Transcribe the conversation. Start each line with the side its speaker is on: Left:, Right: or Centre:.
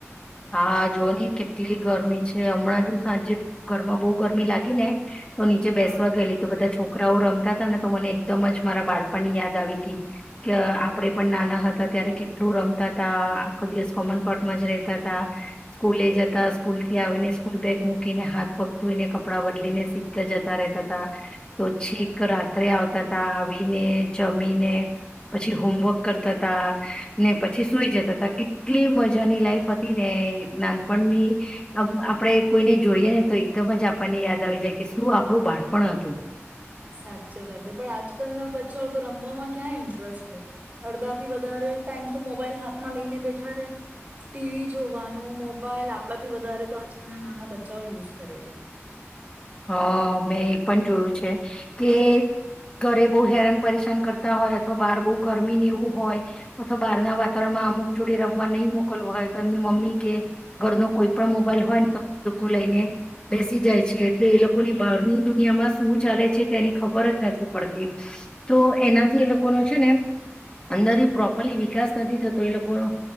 Left: હા જોની કેટલી ગરમી છે હમણાં જો સાંજે ઘરમાં બહુ ગરમી લાગી ને તો નીચે
Right: હા
Left: બેસવા ગયેલી તો બધા છોક છોકરાઓ રમતા તા ને તો મને એકદમ જ મારા બાળપણની યાદ આવી ગી. કે આપડે પણ નાના હતા ત્યારે કેટલું રમતા તા આખો દિવસ કોમન પ્લોટમાં જ રેતા તા સ્કૂલે જતા
Right: સાચે
Left: સ્કૂલથી આવીને સ્કૂલ બેગ મુક મૂકીને હાથ પગ ધોઈને કપડાં બદલીને સીધા જતા રેતા તા, તો છેક રાત્રે આવતા તા, આવીને જમીને પછી હોમવર્ક કરતા તા, ને પછી સુઈ જતા તા, કેટલી મજાની લાઈફ હત. હતી ને નાનપણની આમ આપણે કોઈને જોઈએ ને તો એકદમ જ આપણને યાદ આવી જાય કે શું આપણું બાળપણ હતું.
Right: સાચે સાચે પણ આજકાલના બચ્ચાઓ તો રમવામાં ક્યાં ઇન્ટરેસ્ટ લે અડધા થી વધારે ટાઈમ તો મોબાઈલ હાથમાં લઈને બેઠા રે ટીવી જોવાનું મોબાઈલ આપડાથી વધારે તો આજકાલ નાના બચ્ચાઓ યુસ કરે છે.
Left: હ મેં એ પણ જોયું છે કે ઘરે બહુ હેરાન પરેશાન કરતા હોય અથવા બહાર બહુ ગરમીને એવું હોય અથવા બહારના વાતાવરણમાં અમુક જોડે રમવા નહી મોકલવું હોય તો એમની મમ્મી કે ઘરનો કોઈ પણ મોબાઈલ હોયને તો ઈ લોકો લઈને બેસી જાય છે. એટલે એ લોકોની બહારની દુનિયામાં શું ચાલે છે તેની ખબર જ નથી પડતી. તો એનાથી એ લોકોનો છે ને અંદર પ્રોપરલી વિકાસ નથી થતો એ લોકોનો